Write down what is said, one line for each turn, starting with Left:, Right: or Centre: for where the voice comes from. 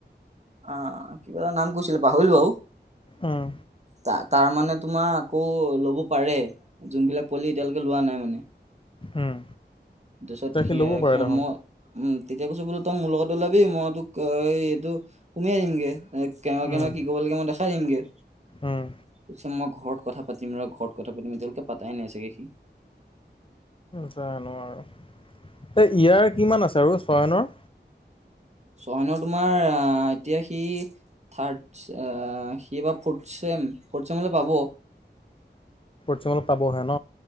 Right: অ, কিবা এটা নাম কৈছিলে পাহুল বু
Left: উম,
Right: ত, তাৰ মানে তোমাৰ আকৌ লব পাৰে যোনবিলাক পলি এতিয়ালৈকে লোৱা নাই মানে
Left: উম,
Right: তাৰপিছত
Left: তাকে
Right: স
Left: ল'ব পাৰে
Right: সিৰ্ম
Left: দেখোন
Right: উম, তেতিয়া কৈছো বোলো তই মোৰ লগত ওলাবি মই তোক এইটো সুমিয়াই দিমগে। এই কেনো কো
Left: উম,
Right: কি ক' লাগে মই দেখাই দিমগৈ
Left: উম।
Right: কছে মই ঘৰত। ৰত কথা পাতিম ৰ ঘৰত কথা পাতিম এতিয়ালৈকে পাতাই নাই চাগে সি
Left: জানো আৰু এই ইয়াৰ কিমান আছে আৰু চয়নৰ
Right: চহনৰ তোমাৰ আহ এতিয়া সি থাৰ্ড সি বা ফৰ্থ চম - ফৰ্থ চম হলে পাব।
Left: কিছুমান পাবহে ন।